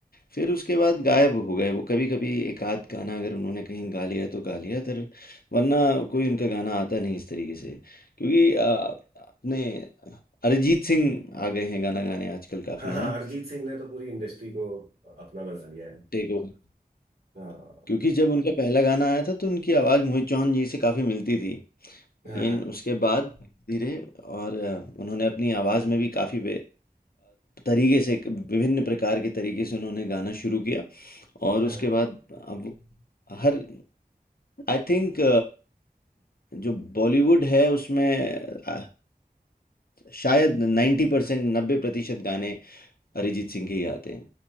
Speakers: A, on the left; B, on the right.
A: फिर उसके बाद गायब हो गए वो कभी कभी एक आध गाना अगर उन्होंने कहीं गा लिया तो गा लिया तर वरना कोई उनका गाना आता नहीं इस तरीके से क्योंकि अ, अपने अरिजीत सिंह आ गए हैं गाना गाने आजकल काफ़ी
B: हाँ हाँ
A: है ना
B: अरिजीत सिंह ने तो पूरी इंडस्ट्री को अपना बना लिया है
A: Take over
B: हाँ
A: क्योंकि जब उनका पहला गाना आया था तो उनकी आवाज़ मोहित चौहान जी से काफ़ी मिलती थी लेकिन
B: हाँ हाँ
A: उसके बाद धीरे और अ, उन्होंने अपनी आवाज़ में भी काफ़ी तरीके से एक विभिन्न प्रकार के तरीके से उन्होंने गाना शुरू किया और
B: हाँ
A: उसके
B: हाँ,
A: बाद अब वो हर आई थिंक जो बॉलीवुड है उसमें अ, शायद नाइन्टी परसेंट नब्बे प्रतिशत गाने अरिजीत सिंह के ही आते हैं